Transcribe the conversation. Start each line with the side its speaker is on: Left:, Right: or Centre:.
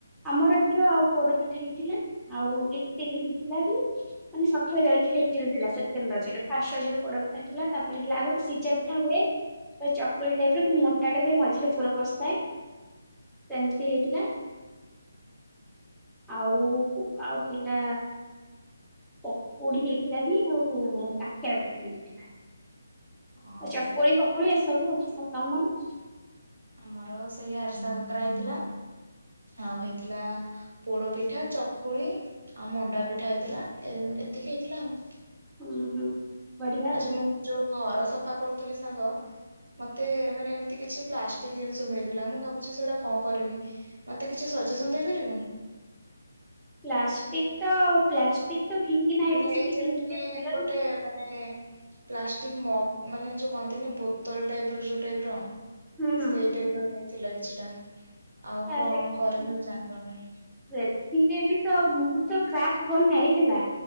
Centre: ଆମର ଏଥିର ଆଉ ପୋଡ ପିଠା ହେଇଥିଲା। ଆଉ ଇଟିଲି ହେଇଥିଲା ବି। ମାନେ ସଖାଳେ ଜଳଖିଆ ରେ ଇଟିଲି ଥିଲା ସେକେଣ୍ଡ ରଜରେ। ଫାଷ୍ଟ ରଜ ରେ ପୋଡପିଠା ଥିଲା। ତାପରେ ହେଲା ଆଉ ଗୋଟେ ସିଝା ପିଠା ହୁଏ। ଚ ପୁରୀ ଟାଇପ୍ ର କିନ୍ତୁ ମୋଟା ଟା ହୁଏ ମଝିରେ ପୁର ପସିଥାଏ, ସେମତି ହେଇଥିଲା। ଆଉ ଆଉ ଥିଲା ପକୁଡି ହେଇଥିଲା ବି ଆଉ କାକରା ପିଠା ବି ହେଇଥିଲା।
Right: ଓହୋ
Centre: ଆ ଚକୁଳି ଫକୁଳି ଏସବୁ। ଆଉ ତମର?
Right: ଆମର ସେଇ ଆରିସା କାକରା ହେଇଥିଲା। ଆଉ ହେଇଥିଲା ପୋଡପିଠା ଚକୁଳି ଆଉ ମଣ୍ଡା ପିଠା ହେଇଥିଲା, ଏ ଏତିକି ହେଇଥିଲା ଆଉ।
Centre: ଉଁ ହୁଁ। ବଢିଆ ଆଉ
Right: ଆଜି ମୁଁ ଯୋଉ ଘର ସଫା କରୁଥିଲି ସାଙ୍ଗ ମତେ ମାନେ ଏମତି କିଛି ପ୍ଲାଷ୍ଟିକ ଜିନିଷ ମିଳିଥିଲା ମୁଁ ଭାବୁଚି ସେଗୁଡା କଣ କରିମି। ମତେ କିଛି ସଜେସନ ଦେଇପାରିବୁ?
Centre: ପ୍ଲାଷ୍ଟିକ ତ ପ୍ଲାଷ୍ଟିକ ତ ଫିଙ୍ଗି ନା
Right: ମାନେ
Centre: ଏଠି ସେଠି
Right: ଏଇ ଯେମିତି
Centre: ଫିଙ୍ଗିଲେ ଭଲ
Right: ଗୋଟେ
Centre: ନୁହେଁ।
Right: ମାନେ ପ୍ଲାଷ୍ଟିକ ମଗ ମାନେ ଯୋଉ କହନ୍ତିନି ବୋତଲ ଟାଇପ ର ଯୋଉ ଟାଇପ୍ ର
Centre: ହୁଁ ହୁଁ
Right: ସେଇ ଟାଇପ୍ ର ହେଇଥିଲା କିଛିଟା। ଆଉ
Centre: ତାହେଲେ
Right: କଣ କରିବି ଜାଣିପାରୁନି।
Centre: ସେଥିରେ ବି ତ ମୁଁ ତ କ୍ରାଫ୍ଟ ବନାଏ ହେଲା,